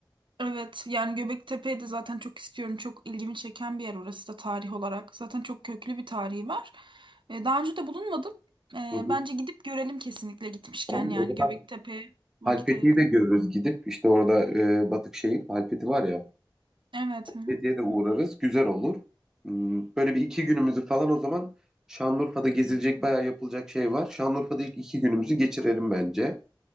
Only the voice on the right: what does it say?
Evet yani Göbektepe'yi de zaten çok istiyorum. Çok ilgimi çeken bir yer orası da tarih olarak. Zaten çok köklü bir tarihi var. Ee, daha önce de bulunmadım. Ee,
bence gidip görelim kesinlikle gitmişken
yani
Göbektepe'ye vakit
ayıralım.
Evet.
Hı hı.